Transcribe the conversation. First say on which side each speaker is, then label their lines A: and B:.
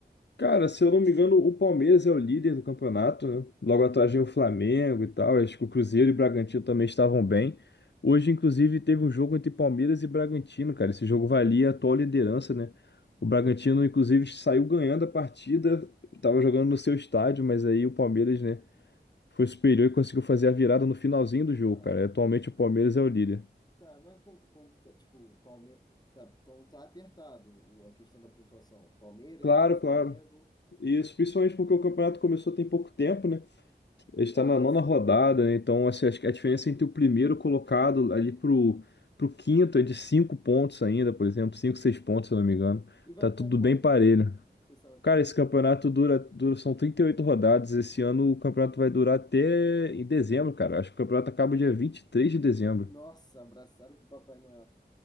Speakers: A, on the left (about 80°); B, on the left (about 25°).
A: Cara, se eu não me engano, o Palmeiras é o líder do campeonato, né? Logo atrás vem o Flamengo e tal. Acho que o Cruzeiro e o Bragantino também estavam bem. Hoje, inclusive, teve um jogo entre Palmeiras e Bragantino, cara. Esse jogo valia a atual liderança, né? O Bragantino, inclusive, saiu ganhando a partida, tava jogando no seu estádio, mas aí o Palmeiras, né, foi superior e conseguiu fazer a virada no finalzinho do jogo,
B: Tá.
A: cara. Atualmente o Palmeiras é o líder.
B: Tá, mas como, como que tá? Tipo, Palmeiras. Tá, então tá apertado o- a questão da pontuação. Palmeiras,
A: Claro,
B: depois Flamengo.
A: claro. Isso, principalmente porque o campeonato começou tem pouco tempo, né? A gente
B: Ah,
A: tá na nona
B: sim.
A: rodada, né? Então, assim, acho que a diferença entre o primeiro colocado ali pro, pro quinto é de cinco pontos ainda, por exemplo, cinco, seis pontos, se eu não me engano.
B: E vai
A: Tá
B: até
A: tudo
B: quando?
A: bem parelho.
B: Você sabe até
A: Cara,
B: quando
A: esse campeonato
B: vai?
A: dura, dura, são 38 rodadas. Esse ano o campeonato vai durar até em dezembro, cara. Acho que o campeonato acaba dia 23 de dezembro.
B: Nossa, abraçaram com o Papai Noel.